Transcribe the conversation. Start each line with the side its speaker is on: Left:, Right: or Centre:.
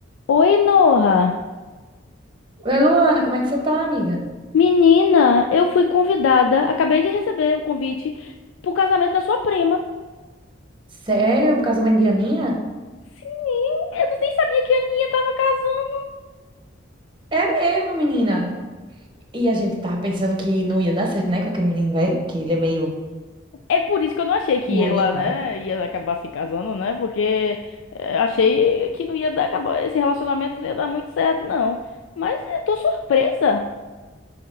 Left: Oi, Noah.
Right: Oi, Luana, como é que você tá, amiga?
Left: Menina, eu fui convidada, acabei de receber o convite pro casamento da sua prima.
Right: Sério? Por causa da Indianinha?
Left: Sim, eu nem sabia que a Aninha tava casando.
Right: É mesmo, menina. E a gente tava pensando que não ia dar certo, né, com aquele menino velho, que ele é meio.
Left: É por isso que eu não achei que
Right: É
Left: ela,
Right: estranho.
Left: né, ia acabar se casando, né? Porque eh, achei que não ia dar, acabar, esse relacionamento não ia dar muito certo, não. Mas eu tô surpresa.